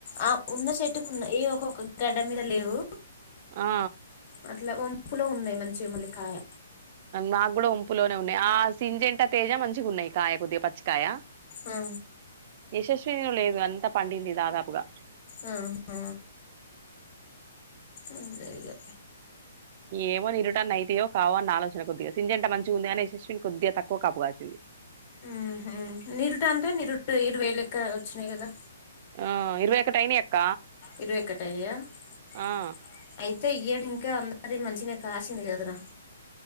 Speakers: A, on the left; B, on the right.
A: ఆ ఉన్న చెట్టుకు ఉన్న ఏ ఒక్కొక్క గడ్డ మీద లేవు
B: ఆ
A: ఉ అట్లా ఒంపులో ఉన్నాయి మంచి మూలికాయ
B: నాకు కూడా ఉంపులోనే ఉన్నాయి ఆ సెంజేట తేజ మంచిగా ఉన్నాయి కాయ కొద్దిగా పచ్చికాయ
A: ఆ
B: యశస్విను లేదు అంతా పండింది దాదాపుగా
A: ఉ హు అంతేగా
B: ఏమని ఇరుట్ ఉంటా నైటీయో కావో అన్న ఆలోచన కొద్దిగా సెంజేట మంచిగా ఉంది కాని యశస్విని కొద్దిగా తక్కువ కప్పుకాసింది
A: ఉహు. నిరుట అంటే నిరుట ఇరవై లెక్క వచ్చినాయి గదా
B: హ ఇరవై ఒకటి అయినాయ్ అక్క
A: ఇరవై ఒకటి అయినాయ ఐతు
B: ఆ
A: అయితే ఇయ్యడు ఇంకా అందరి మంచిని కాసింది కదరా.